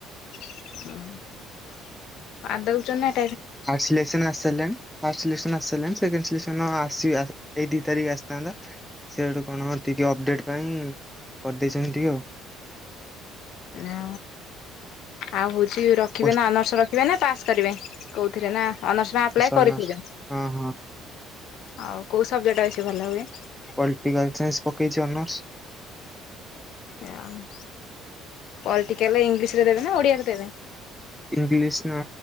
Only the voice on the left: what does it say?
ଓ ପାଦଉଛନା <unintelligible>
ଆ ଆଉ ହଉଛି ରଖିବେ
ନା ଆନର୍ସ ରଖିବେ ନା ପାସ୍ କରିବେ। କହୁଥିରେ ନା ଅନର୍ସ ପାଇ ଆପ୍ଲାଏ କରିଥିବେ?
ଆଉ କୋଉ ସବଜେକ୍ଟ ବେଶୀ ଭଲ ହୁଏ?
ଗାଈ ପଲିଟିକାଲ ଇଂଲିଶ ରେ ଦେବେ ନା ଓଡିଆରେ ଦେବେ?